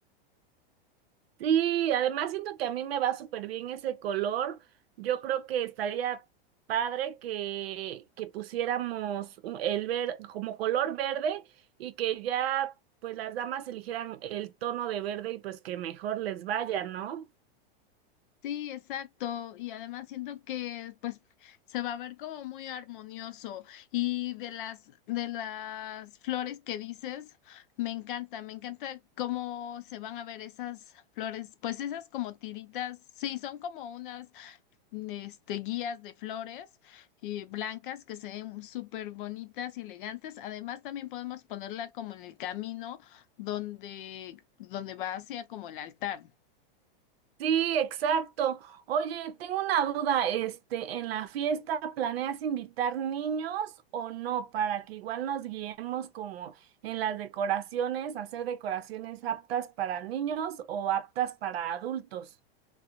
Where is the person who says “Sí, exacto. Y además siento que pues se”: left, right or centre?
Left